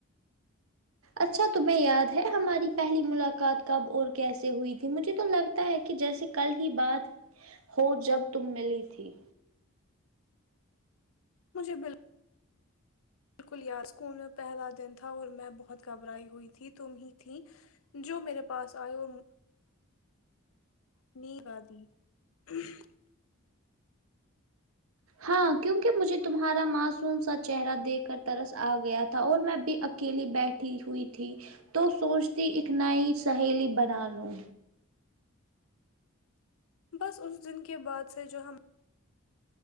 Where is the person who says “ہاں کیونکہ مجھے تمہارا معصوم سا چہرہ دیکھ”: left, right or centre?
Right